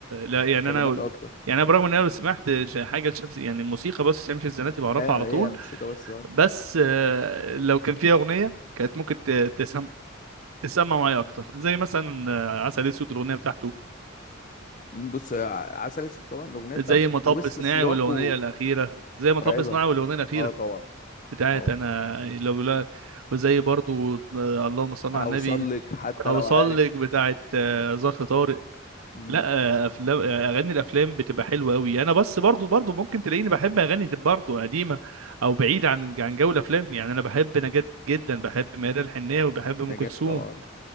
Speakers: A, on the right; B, on the left.
A: لا يعني
B: كلماته
A: انا
B: اكتر
A: يعني انا برغم ان انا لو سمعت ش- حاجه لشمس يعني الموسيقى بس شمس الزناتي بعرفها
B: ايوه
A: على طول
B: هي الموسيقى بس اه
A: بس آه، لو كان فيها اغنيه كانت ممكن ت- تسم تسمع معايا اكتر زي مثلا آه، عسل اسود الاغنيه بتاعته
B: م، بص ع- عسل اسود طبعا الاغنيه
A: زي
B: بتاعته
A: مطب
B: في وسط
A: صناعي
B: سياقه
A: والاغنيه الاخيره زي مطب
B: مرعبه
A: صناعي والاغنيه الاخيره
B: اه طبعا
A: بتاعت
B: طبعا
A: انا لو لا وزي برضو آه، اللهم صل
B: هوصل
A: على النبي
B: لك حتى
A: هوصل
B: لو عارف
A: لك بتاعت آه، ظرف طارق
B: مم.
A: لا افلام اغاني الافلام بتبقى حلوه قوي انا بس برضو برضو ممكن تلاقيني بحب اغاني دي برضو قديمه او بعيده عن عن جو الافلام يعني انا بحب نجاة جدا بحب ميادة الحناوي بحب
B: نجاة
A: ام كلثوم
B: طبعا